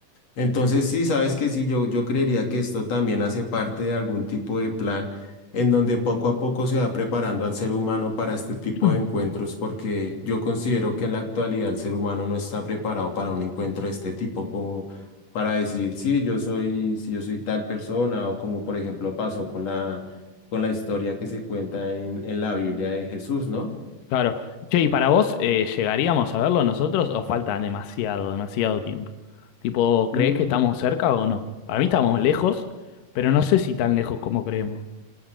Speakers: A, on the left; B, on the left.
A: Entonces, sí, sabes que sí, yo, yo creería que esto también hace parte de algún tipo de plan en donde poco a poco se va preparando al ser humano para este tipo
B: Mm.
A: de encuentros, porque yo considero que en la actualidad el ser humano no está preparado para un encuentro de este tipo, como para decir, sí, yo soy, si yo soy tal persona, o como por ejemplo pasó con la, con la historia que se cuenta en, en la Biblia de Jesús, ¿no?
B: claro. Che, ¿y para vos eh, llegaríamos a verlo nosotros o falta demasiado, demasiado tiempo? Tipo,
A: No,
B: ¿crees que estamos cerca o no? Para mí estamos lejos, pero no sé si tan lejos como creemos.